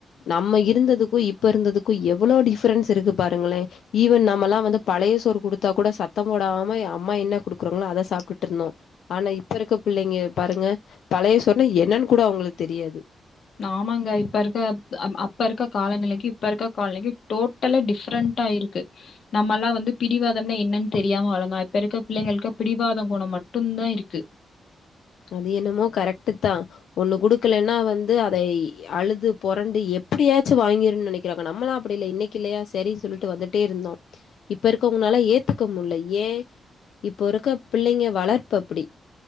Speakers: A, on the left; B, on the left.
A: நம்ம இருந்ததுக்கு இப்ப இருந்ததுக்கு எவளோ டிஃபரன்ஸ் இருக்கு பாருங்களே ஈவன் நம்மல்லா வந்து பழைய சோறு குடுத்தா கூட சத்தொ போடாம அம்மா என்ன குடுக்குறாங்களோ அத சாப்ட்ருந்தோ ஆனா இப்ப இருக்க பிள்ளைங்க பாருங்க பழைய சோறுன்னா என்னன் கூட அவுங்களுக்கு தெரியாது
B: ஆமாங்க இப்ப இருக்க அப்ப இருக்க காலநிலைக்கு இப்ப இருக்க காலநிலைக்கு டோ ட்டலா டிஃப்ரண்ட்டாயிருக்கு நம்மல்லா வந்து பிடிவாதம்னா என்னன் தெரியாம வளந்தோ இப்ப இருக்க பிள்ளைங்களுக்கு பிடிவாதொ கொணொ மட்டுந்தா இருக்கு
A: அது என்னமோ கரெக்ட்டுத் தா ஒண்ணு குடுக்கலன்னா வந்து அதை அழுது பொரண்டு எப்புடியாச்சு வாங்கிருன் நெனைக் கிளாங்க நம்மளா அப்டி இல்ல இன்னக்கி இல்லயா சரி சொல்லிட்டு வந்துட் டே இருந்தோ இப்ப இருக்கவ்னங்கனால ஏத்துக்க முட்ல ஏ இப்போ இருக்க பிள்ளைங்க வளர்ப்பு அப்புடி